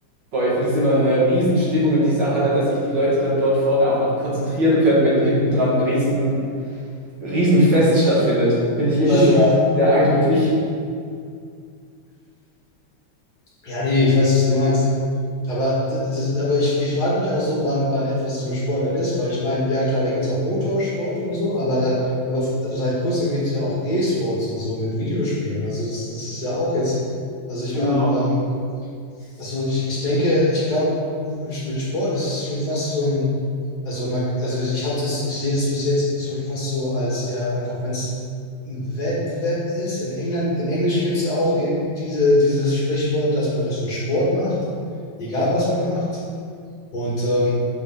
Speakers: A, on the right; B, on the left.
A: Boah, ich finde es immer eine Riesenstimmung in dieser Halle, dass sich die Leute dann dort vorne auch noch konzentrieren können, wenn hinten dran ein riesen, Riesenfest stattfindet. Finde ich immer
B: <laughs>
A: sehr, sehr eindrücklich.
B: Ja, nee, ich weiß, was du meinst. Aber, d- das, aber ich, ich frage mich auch so, wann, wann etwas so eine Sportart ist, weil ich meine, ja klar, da gibt es auch Motorsport und so, aber da, aber f- seit kurzem gibt es ja auch E-Sports und so mit Videospielen. Also das, das ist ja auch jetzt, also ich
A: Genau.
B: meine, ähm, Also ich, ich denke, ich glaube, mit Sport ist es schon fast so ein, also man, also ich habe das, ich sehe das bis jetzt so fast so als ja, einfach wenn es ein Wettbewerb ist. In England, in Englisch gibt es ja auch i- diese, dieses Sprichwort, dass man das für Sport macht, egal was man macht. Und ähm,